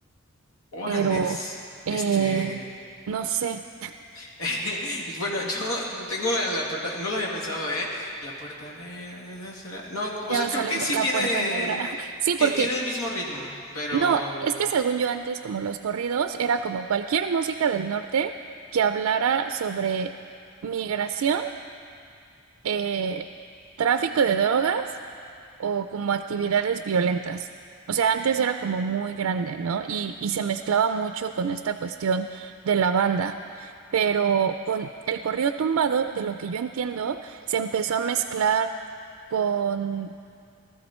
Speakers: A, on the left; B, on the right.
A: Órales,
B: pero eh,
A: este,
B: no sé,
A: <laughs> Y Bueno, yo tengo a la puerta, no lo había pensado, ¿eh? La puerta negra, de esa será- No, o
B: ya
A: sea,
B: va
A: creo
B: saliendo
A: que sí
B: La
A: tiene,
B: Puerta Negra. <laughs> Sí,
A: ti-
B: porque
A: tiene el mismo ritmo, pero
B: No, es que según yo antes, como los corridos, era como cualquier música del norte que hablara sobre migración, eh, tráfico de drogas o como actividades violentas. O sea, antes era como muy grande, ¿no? Y, y se mezclaba mucho con esta cuestión de la banda. Pero con el corrido tumbado, de lo que yo entiendo, se empezó a mezclar con